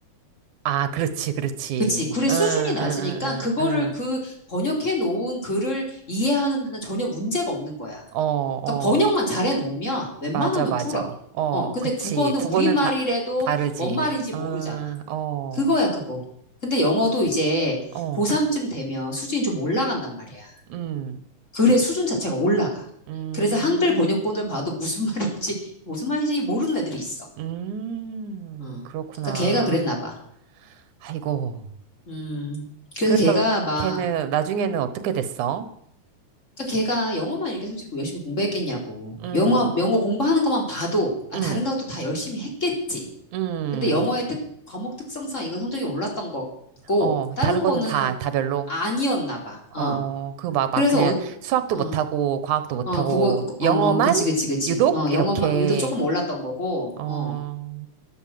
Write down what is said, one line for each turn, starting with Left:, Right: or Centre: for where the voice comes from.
Right: 아, 그렇지, 그렇지.
Left: 그치. 글의 수준이
Right: 응, 응,
Left: 낮으니까
Right: 응,
Left: 그거를
Right: 응,
Left: 그 번역해 놓은 글을 이해하는 데는 전혀 문제가 없는 거야.
Right: 응. 어, 어.
Left: 그러니까 번역만 잘해 놓으면 웬만하면
Right: 맞아, 맞아.
Left: 풀어.
Right: 어,
Left: 어, 근데
Right: 그치.
Left: 국어는
Right: 국어는
Left: 우리말이라도
Right: 다, 다르지.
Left: 뭔 말인지 모르잖아.
Right: 응, 어,
Left: 그거야, 그거. 근데 영어도 이제
Right: 어,
Left: 고3쯤 되면 수준이 좀 올라간단 말이야.
Right: 음,
Left: 글의 수준 자체가 올라가.
Right: 음.
Left: 그래서 한글 번역본을 봐도 무슨 <laughs> 말인지, 무슨 말인지 모르는 애들이 있어. 어.
Right: 음,
Left: 그러니까
Right: 그렇구나.
Left: 걔가 그랬나 봐.
Right: 아이고.
Left: 음. 그래서
Right: 그래서
Left: 걔가 막
Right: 걔는 나중에는 어떻게 됐어?
Left: 그러니까 걔가 영어만 이렇게 솔직히 열심히 공부했겠냐고.
Right: 음,
Left: 영어, 영어 공부하는 것만 봐도, 아,
Right: 음,
Left: 다른 것도 다 열심히 했겠지.
Right: 음.
Left: 근데 영어의 특, 과목 특성상 이건 성적이 올랐던 거고,
Right: 어,
Left: 다른
Right: 다른 거는
Left: 거는
Right: 다, 다 별로.
Left: 아니었나 봐. 어.
Right: 어, 그 막, 막
Left: 그래서,
Right: 그냥
Left: 어,
Right: 수학도 못하고,
Left: 어,
Right: 과학도 못하고,
Left: 어, 그거, 어,
Right: 영어만
Left: 뭐, 그치, 그치, 그치.
Right: 유독
Left: 어, 영어만,
Right: 이렇게,
Left: 유도 조금 올랐던 거고,
Right: 어,
Left: 어.